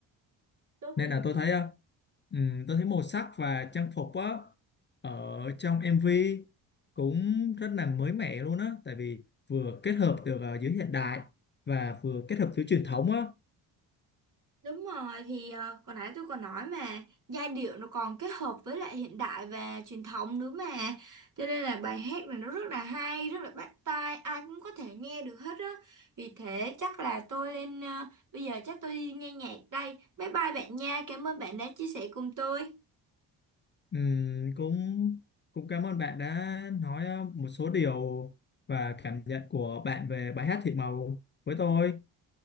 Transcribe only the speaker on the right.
tôi
cũng
thấy
Đúng rồi thì ờ, hồi nãy tôi còn nói mà giai điệu nó còn kết hợp với lại hiện đại và truyền thống nữa mà cho nên là bài hát này nó rất là hay rất là bắt tai ai cũng có thể nghe được hết á vì thế chắc là tôi lên ờ, bây giờ chắc tôi đi nghe nhạc đây bye bye bạn nha cảm ơn bạn đã chia sẻ cùng tôi